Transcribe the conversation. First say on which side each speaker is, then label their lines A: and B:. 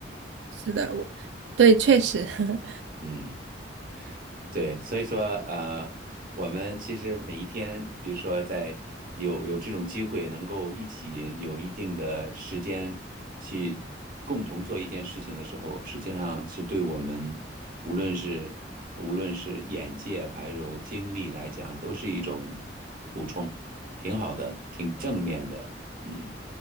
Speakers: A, on the right (about 75°); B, on the right (about 50°).
A: 是的，我对，确实。<laughs>
B: 嗯。对，所以说呃，我们其实每一天，比如说在有有这种机会，能够一起有一定的时间去共同做一件事情的时候，实际上是对我们无论是无论是眼界还有精力来讲，都是一种补充，挺好的，挺正面的，嗯，